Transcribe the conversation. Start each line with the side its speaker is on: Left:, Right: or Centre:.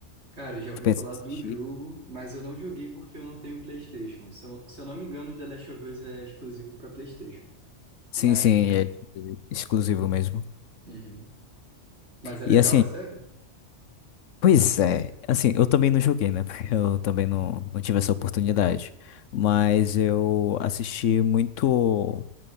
Right: Cara, eu já ouvi
Left: tu pensa
Right: falar
Left: em assistir?
Right: do jogo, mas eu não joguei porque eu não tenho PlayStation. Se eu, se eu não me engano, The Last of Us é exclusivo para PlayStation.
Left: Sim,
Right: Mas.
Left: sim, é tipo, exclusivo mesmo.
Right: Uhum. Mas é legal,
Left: E assim,
Right: é sério?
Left: pois é, assim, eu também não joguei, né? <laughs> Porque eu também não, não tive essa oportunidade. Mas eu assisti muito